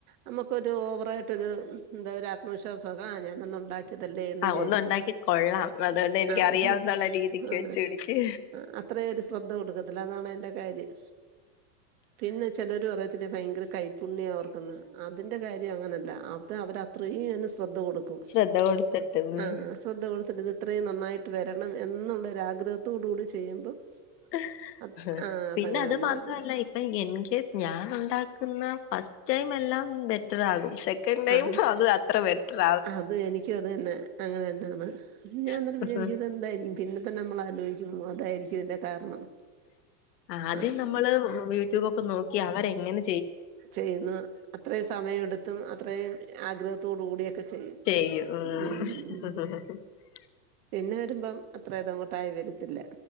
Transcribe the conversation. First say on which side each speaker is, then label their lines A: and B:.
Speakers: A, on the right (about 60°); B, on the left (about 80°).
A: നമുക്കൊരു ഓവറായിട്ടൊരു എന്താ ഒരു ആത്മവിശ്യസമൊക്കെ ആ ഞാനന്ന് ഉണ്ടാക്കി ഇതല്ലേ ന്നു
B: ആഹ്
A: വിചാരിക്ക
B: ഒന്നുണ്ടാക്കി കൊള്ളാം അതുകൊണ്ട് എനിക്കറിയാം
A: ആ ഹം
B: എന്നുള്ള രീതിക്ക്
A: ആ
B: വെച്ച്
A: ഹം
B: പിടിക്ക്
A: അത്ര ഒരു ശ്രദ്ധ കൊടുക്കത്തില്ല അതാണ് എന്റെ കാര്യം. പിന്നെ ചിലര് പറയത്തില്ലേ ഭയങ്കര കൈപ് പുണ്യം അവർക്കന്ന് അതിന്റെ കാര്യം അങ്ങനല്ല അത് അവർത്രയും അതിന് ശ്രദ്ധ കൊടുക്കും
B: ശ്രദ്ധ കൊടുത്തിട്ട് ഉം
A: ആ ശ്രദ്ധ കൊടുത്തിട്ട ഇത് ഇത്രയും നന്നായിട്ട് വരണം എന്നുള്ള ഒരാഗ്രഹത്തോട കൂടി ചെയ്യുമ്പം
B: ഹേ
A: അത്
B: ഹ്
A: ആ അതങ്ങനെ
B: പിന്നെ അത്
A: തന്നെ
B: മാത്രല്ല
A: വരിക
B: ഇപ്പൊ എൻ കേ ഞൻ ഉണ്ടാക്കുന്ന ഫസ്റ്റ് ടൈം എല്ലാം ബെറ്റർ ആകും സെക്കൻഡ്
A: ഹാ
B: ടൈം അത് അത്ര ബെറ്റർ
A: അത് എനിക്കും അത് തന്നെ അങ്ങനെതന്നെ ഞാൻ ന്നട്ട്‌
B: ആവത്തില്ല
A: വിചാരിക്കും ഇത് എന്തായിരിക്കും പിന്നെതന്നെ നമ്മൾ ആലോചിക്കും അതായിരിക്കും തിന്റെ കാരണം.
B: ആദ്യം
A: ആ ഉം
B: നമ്മള് യൂട്യൂബൊക്കെ നോക്കി അവര് എങ്ങനെ
A: ചെയ്യുന്ന അത്രയും സമയംയെടുത്തും അത്രയും ആഗ്രഹത്തോട കൂടിയൊക്കെ ചെയ്യും.
B: അ
A: ഉം ഉം
B: <unintelligible>
A: പിന്നെ വരുമ്പം അത്ര ഇതങ്ങോട്ടായി വരത്തില്ല.